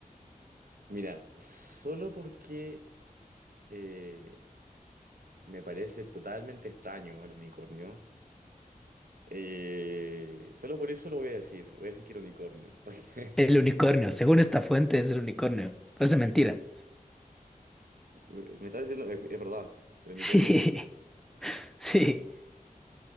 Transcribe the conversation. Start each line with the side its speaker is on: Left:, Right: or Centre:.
Right: Mira, solo porque eh, me parece totalmente extraño el unicornio. eh, solo por eso lo voy a decir. Voy a decir que el unicornio. <laughs>
Centre: El unicornio, según esta fuente es el unicornio. Parece mentira.
Right: Porque me está diciendo, es, es verdad, el unicornio.
Centre: Sí, <laughs> sí,